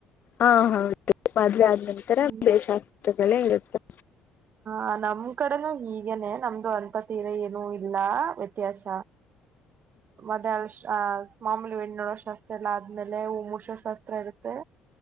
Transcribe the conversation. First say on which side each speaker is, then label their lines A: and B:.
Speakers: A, on the left (about 50°); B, on the right (about 50°).
A: ಹಾ ಹೌದು ಮದ್ವೆ ಆದ ನಂತರ
B: ಹ್ಮ್
A: ಬೇ ಶಾಸ್ತ್ರಗಳೇ ಇರುತ್ತೆ
B: ಹ ನಮ್ ಕಡೆನುೂ ಹೀಗನೆ ನಮ್ದು ಅಂತ ತೀರ ಏನುೂ ಇಲ್ಲ ವ್ಯತ್ಯಾಸ ಮದೆ ಅಲ್ ಮಾಮೂಲಿ ಎಣ್ಣ ನೋಡೋಷ್ಟ್ ಅಷ್ಟೆಲ್ಲ ಆದ್ಮೇಲೆ ಹೂವು ಮುಷ ಾಸ್ತ್ರ ಇರುತ್ತೆ